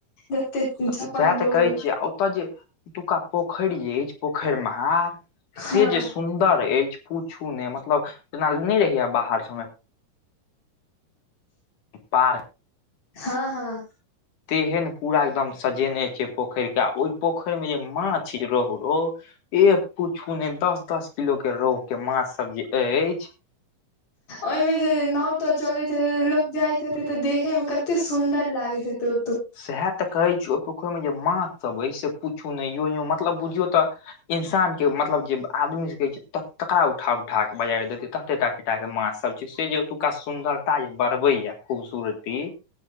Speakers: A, on the left; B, on the left.
A: त छप्पन
B: सएह तऽ
A: भोग
B: कहै छियै आ ओतय जे एतुका पोखरि जे अछि पोखरि महार से
A: हँ
B: जे सुन्दर अछि पूछू नहि मतलब जेना नहि रहैया बाहर समे पार्क
A: हँ हँ
B: तेहन पूरा एकदम सजेने छै पोखरि के आ ओहि पोखरि में जे माछ रोहु रो ए पूछू ने दस दस किलो के रोहु के माछ सब जे अछि
A: ओहिमे जे नाव ताव चलैत हेतै लोक जाइत हेते तऽ देखे मे कते सुन्दर लागैत हेतै
B: सएह तऽ कहैत छी ओहि पोखरिमे जे माछ सभ अछि से पूछू नहि यों यों मतलब बुझियौ तऽ इंसान के मतलब जे आदमी से कह छै तकरा उठा उठा के बजाइर देतै तते तत ततेटा के माछ सब छै से जे ओतुका सुन्दरता जे बढ़बे या खूबसूरती